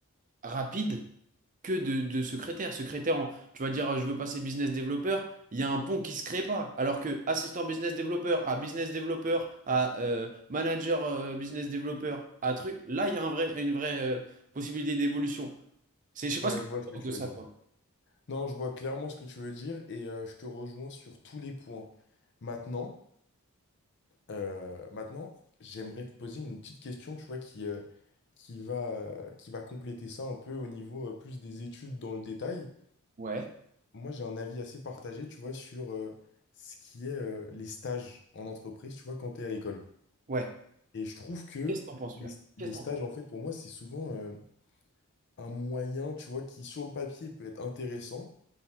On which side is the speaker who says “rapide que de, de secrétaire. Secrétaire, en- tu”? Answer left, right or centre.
Right